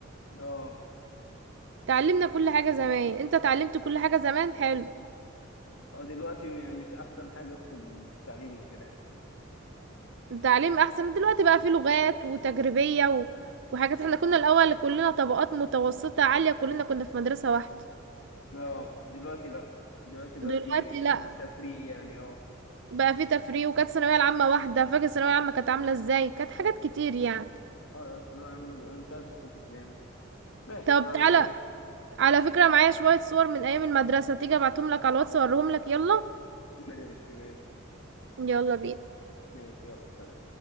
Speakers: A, on the left; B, on the right.
A: اه
B: تعلمنا كل حاجة زمان انت اتعلمت كل حاجة زمان حلو
A: اه دلوقتي مش احسن حاجة في التعليم وكده يعني
B: التعليم احسن دلوقتي بقى فيه لغات وتجريبية و... وحاجات احنا كنا الاول كلنا طبقات متوسطة عالية كلنا كنا في مدرسة واحدة
A: اه دلوقتي لا دلوقتي بقى
B: دلوقتي
A: في
B: لا
A: في تفريق يعني اه
B: بقى فيه تفريق وكانت الثانوية العامة واحدة فاكر الثانوية العامة كانت عاملة ازاي كانت حاجات كتير يعني
A: اه ثانوية عامة دي، انا مش عايز افتكر الايام دي ماشي
B: طب
A: ما علينا
B: تعالى على فكرة معايا شوية صور من ايام المدرسة تيجي ابعتهم لك على الواتس اوريهم لك يلا
A: ماشي ماشي
B: يلا بينا
A: ماشي يلا سلام